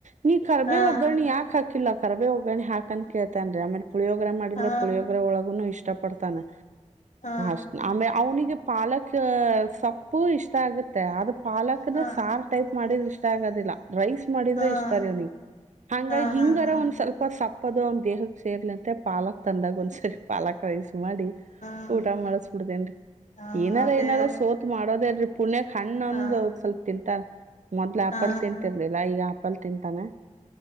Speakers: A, on the right (about 65°); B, on the left (about 65°).
A: ನೀ ಕರ್ಬೆ
B: ಹಾ
A: ಒಗ್ಗರಣಿ ಯಾಕ ಹಾಕಿಲ್ಲ ಕರ್ಬೆ ಒಗ್ಗಿ ಹಾಕಂದ ಕೇಳ್ತನ್ ರರಿ ಆಮೇಲೆ. ಪುಳಿಯೋಗ್ರ ಮಾಡಿದರೆ
B: ಹಾ
A: ಪುಳಿಯೋಗ್ರ ಒಳಗು ಇಷ್ಟಪಡ್ತಾನೆ.
B: ಹಾ
A: ಅಷ್ಟ ಆಮೇ ಅವನಿಗೆ ಪಾಲಕ್ ಸೊಪ್ಪು ಇಷ್ಟ ಆಗುತ್ತೆ ಅದು ಪಾಲಕ್.
B: ಹಾ
A: ್ರ ಸಾರ್ ಟೈಪ್ ಮಾಡಿದ್ರೆ ಇಷ್ಟ ಆಗೋದಿಲ್ಲ ರೈಸ್ ಮಾಡಿದ್ರೆ
B: ಹಾ
A: ಇಷ್ಟ ರವ್ನಿ. ಹಂಗ
B: ಹಾ
A: ಹಿಂಗರ
B: ಹಾ ಹಾ
A: ಒಂದ್ ಸ್ವಲ್ಪ ಸಪ್ಪದು ಅವನ್ ದೇಹಕ್ಕೆ ಸೇರ್ಲಿಂತೆ ಪಾಲಕ್ ತಂದಾಗ ಒಂದ್ಸರಿ ಪಾಲಕ್ ಕೈಸು ಮಾಡಿ
B: ಹಾ
A: ಊಟ ಮಾಡಳಸ್ಬಿಡ್ತೇನ್ರಿ
B: ಹಾ
A: ಏನಾರ
B: ಅದೇ
A: ಏನಾರ ಸೋತ್ ಮಾಡೋದೇಲ್ರಿ ಪುಣ್ಯಕ್ ಹಣ್ಣ
B: ಹಾ
A: ಅಂದ್ ಒಂದ್ ಸ್ವಲ್ಪ ತಿಂತ. ಮೊದ್ಲು ಆಪಲ್
B: ಹಾ
A: ತಿಂತಿರ್ಲಿಲ್ಲ ಈಗ ಆಪಲ್ ತಿಂತಾನೆ.